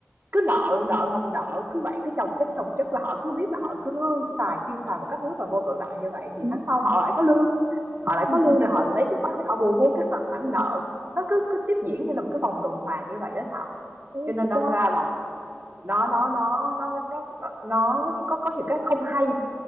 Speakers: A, on the right; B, on the right.
A: Cứ nợ nợ ngập nợ, cứ vậy cứ chồng chất, chồng chất là họ cứ biết là họ cứ xài, tiêu xài một cách rất là vô tội vạ như vậy, thì
B: đúng,
A: tháng sau họ lại có lương, họ lại
B: đúng,
A: có lương rồi họ lại lấy cái khoản để họ bù vô cái khoản khoản nợ. Nó cứ cứ tiếp diễn như là một cái vòng tuần hoàn như vậy đó Thảo.
B: đúng,
A: Cho nên
B: đúng,
A: đâm
B: đúng,
A: ra là nó nó nó nó nó nó, nó có có những cái không hay